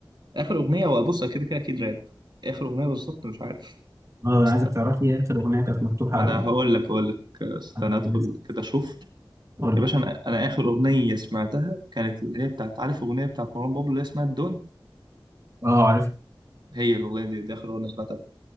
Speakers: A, on the right; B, on the right.
A: اخر اغنيه وابص كده كده اكيد راب اخر اغنيه بالظبط مش عارف
B: اه انا
A: استنى.
B: عايزك تعرف لي إيه اخر اغنيه كانت مفتوحه
A: ما
B: على
A: انا
B: ال-
A: هقول لك هقول لك آه، استنى
B: على
A: ادخل
B: البلاي ليست
A: كده اشوف
B: قول
A: يا
B: لي
A: باشا انا انا اخر اغنيه سمعتها كانت اللي هي بتاعت عارف اغنيه بتاعت مروان بابلو اللي هي اسمها الدون
B: اه عارف
A: هي الاغنيه دي, دي اخر اغنيه سمعتها